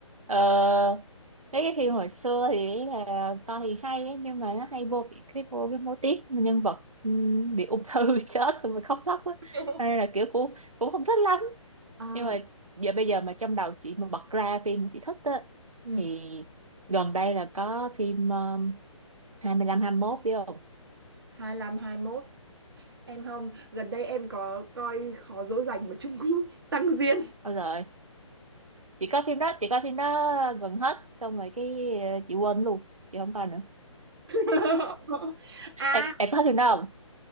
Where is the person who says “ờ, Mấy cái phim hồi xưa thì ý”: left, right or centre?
Right